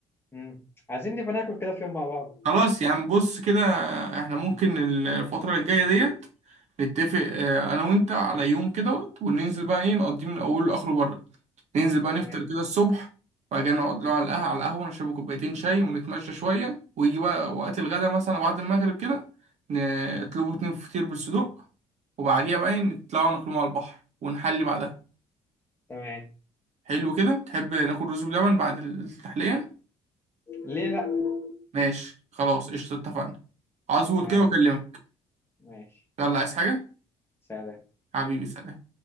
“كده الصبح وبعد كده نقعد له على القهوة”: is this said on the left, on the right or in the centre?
Right